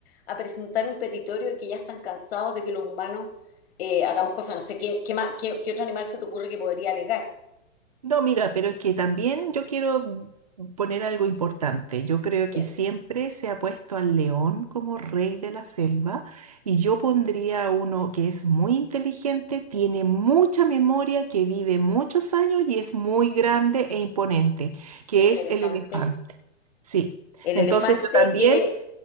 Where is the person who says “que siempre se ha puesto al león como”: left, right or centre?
Right